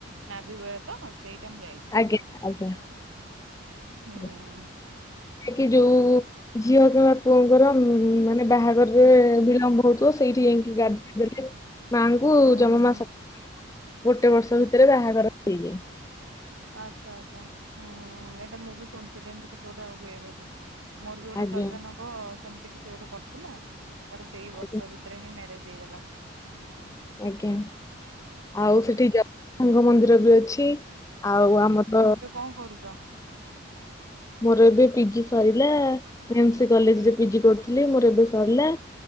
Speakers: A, on the right; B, on the left.
A: ନାଭି ଗୟା ତ ସେଇଟା ମୁଁ ଯାଇଛି
B: ଆଜ୍ଞା ଆଜ୍ଞା
A: ହୁଁ।
B: ଆଜ୍ଞା କି ଯୋଉ ଝିଅ କିମ୍ବା ପୁଅଙ୍କର ମାନେ ବାହାଘରରେ ବିଳମ୍ବ ହଉଥିବ ସେଇଠି ଯାଇଁକି ଗାଧେଇ ଦେଲେ ମାଙ୍କୁ
A: ହୁଁ
B: ଜନ୍ମ
A: ହୁଁ।
B: ମାସ ଗୋଟେ ବର୍ଷ ଭିତେରେ ବାହାଘର ହେଇଯାଏ।
A: ଆଚ୍ଛା ଆଚ୍ଛା ଉଁ ଏଇଟା ମୁଁ ବି ଶୁଣିଥିଲି ଏମତି କିଛି ଗୋଟେ ହୁଏ ହୁଏ <inaudible> ମୋର ବି ଗୋଟେ
B: ଆଜ୍ଞା
A: କଜନ୍ ହବ ସେମତି କିଛି ଗୋଟେ କରିଥିଲା ତାର ସେଇ ବର୍ଷ
B: ଆଜ୍ଞା
A: ଭି ତେରେ ହିଁ ମ୍ୟାରେଜ୍ ହେଇଗଲା।
B: ଆଜ୍ଞା
A: ହୁଁ
B: ଆଉ ସେଠି ଜ <inaudible> ମନ୍ଦିର ବି ଅଛି। ଆଉ ଆମର
A: କଁ କରୁଚ?
B: ମୋର ଏବେ ପିଜି ସରିଲା ମୋର ଏନ୍ ସି କଲେଜରେ ପିଜି କରୁଥିଲି ମୋର ଏବେ ସରିଲା।